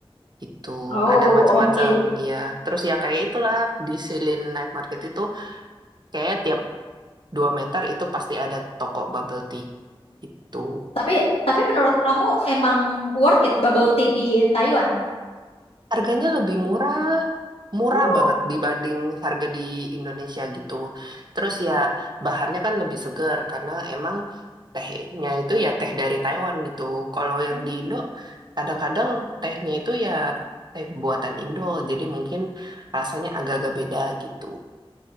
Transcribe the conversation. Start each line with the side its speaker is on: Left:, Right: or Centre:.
Right: Itu
Left: Oh,
Right: ada macam-macam,
Left: oke.
Right: iya. Terus ya kayak itulah di Silin Night Market itu kayak tiap dua meter itu pasti ada toko bubble tea. Itu.
Left: Tapi tapi menurut kamu emang worth it bubble tea di Taiwan?
Right: Harganya lebih murah, murah
Left: Oh,
Right: banget dibanding harga di Indonesia gitu. Terus ya bahannya kan lebih segar karena emang tehnya itu ya teh dari Taiwan gitu. Kalau yang
Left: hmm.
Right: di Indo kadang-kadang tehnya itu ya teh buatan Indo, jadi mungkin rasanya agak-agak beda gitu.